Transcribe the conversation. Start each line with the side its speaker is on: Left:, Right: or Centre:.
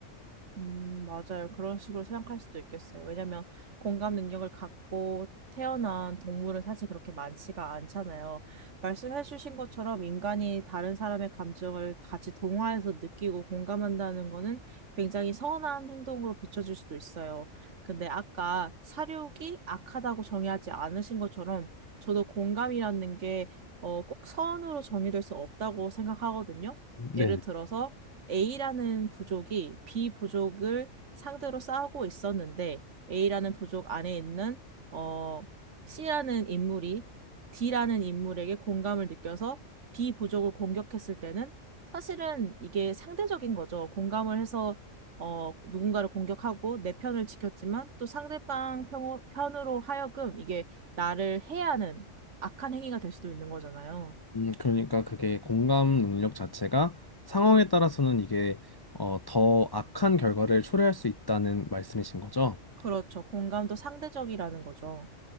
Right: 음, 맞아요. 그런 식으로 생각할 수도 있겠어요. 왜냐면 공감 능력을 갖고 태어난 동물은 사실 그렇게 많지가 않잖아요. 말씀해 주신 것처럼 인간이 다른 사람의 감정을 같이 동화해서 느끼고 공감한다는 거는 굉장히 선한 행동으로 비춰질 수도 있어요. 근데 아까 사육이 악하다고 정의하지 않으신 것처럼 저도 공감이라는 게 어, 꼭 선으로 정의될 수 없다고 생각하거든요.
Left: 네.
Right: 예를 들어서 A라는 부족이 B 부족을 상대로 싸우고 있었는데 A라는 부족 안에 있는 어, C라는 인물이 D라는 인물에게 공감을 느껴서 B 부족을 공격했을 때는 사실은 이게 상대적인 거죠. 공감을 해서 어, 누군가를 공격하고 내 편을 지켰지만 또 상대방 평- 편으로 하여금 이게 나를 해하는 악한 행위가 될 수도 있는 거잖아요.
Left: 음, 그러니까 그게 공감 능력 자체가 상황에 따라서는 이게 어, 더 악한 결과를 초래할 수 있다는 말씀이신 거죠?
Right: 그렇죠. 공감도 상대적이라는 거죠.